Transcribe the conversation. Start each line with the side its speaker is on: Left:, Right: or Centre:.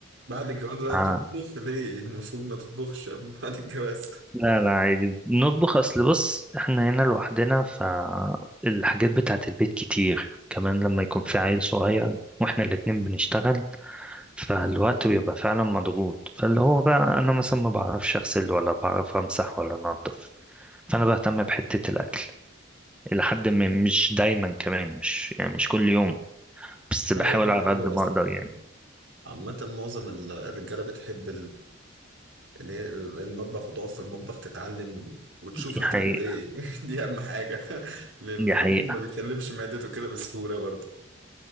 Right: بعد الجواز بقى
Centre: آه.
Right: بتطبخ ليه المفروض ما تطبخش <laughs> بعد الجواز
Centre: لا لا عادي نطبخ اصل بص احنا هنا لوحدنا فالحاجات بتاعت البيت كتير كمان لما يكون في عيل صغير واحنا الاتنين بنشتغل فالوقت بيبقى فعلا مضغوط فاللي هو بقى انا مثلا ما بعرفش اغسل ولا بعرف امسح ولا انضف فانا بهتم بحته الاكل إلى حد ما مش دايما كمان مش يعني مش كل يوم بس
Right: لا
Centre: بحاول
Right: وهي حاجة
Centre: على
Right: حلوة
Centre: قد ما
Right: أصلا
Centre: أقدر يعني
Right: عامة معظم الرجالة بتحب ان هي المطبخ وتقف في المطبخ تتعلم وتشوف
Centre: دي
Right: هتاكل
Centre: حقيقة
Right: ايه <laughs> دي اهم حاجه <laughs> لان
Centre: دي
Right: الراجل
Centre: حقيقة
Right: ما بيكلمش معدته كده بسهوله برضه